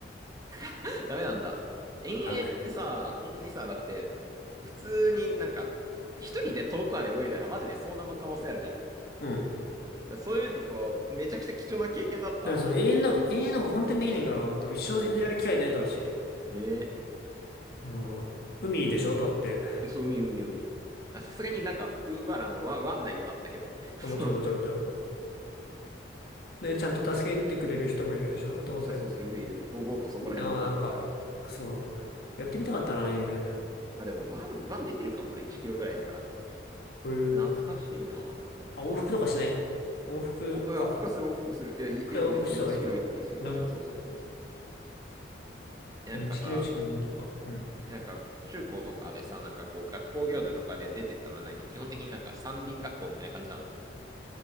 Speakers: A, on the right; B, on the left.
A: <laughs> ダメなんだ。遠泳ってさ、
B: ダメだね。
A: 本当にさ、だって、普通になんか、一人で遠くまで泳いだらマジで遭難の可能性あるじゃん。だか
B: うん。だか
A: らそういう面だと、めちゃくちゃ貴重な経験だったなって思って。
B: らそう、永遠なんか、永遠なんか本当にできないから、もう多分一生やる機会ないだろうし、
A: そう。ね
B: もう、海でしょだって。
A: え。そう、海、海、海。あ、さすがになんか、ウーバラの湾、湾内ではあったけど。<laughs> そう。
B: あもちろんもちろんもちろん。で、ちゃんと助けてくれる人もいるでしょどうせ。
A: あ、そうそう、いるいるいる。ぼぼーっとそこら辺に浮かんでるから。
B: いいなぁ、なんか。そう。やってみたかったなぁ、ね
A: あ、でも、湾、湾出てるかもな。1キロぐらいだから。
B: こういう、
A: 懐かしいな
B: あ、往復とかしないの往復か。
A: お、いや、往復はする、往復する。いや、いいや、
B: 東北市とかでいいか。
A: 別に1キロ行って1キロごめんなさい。
B: 名古
A: そうそうそうそう。えなんかさ、
B: まあ、1キロ1キロでいキロか。うん。
A: なんか中高とかでさ、なんかこう学校行事とかで出てったのは何基本的になんか山林学校みたいな感じなの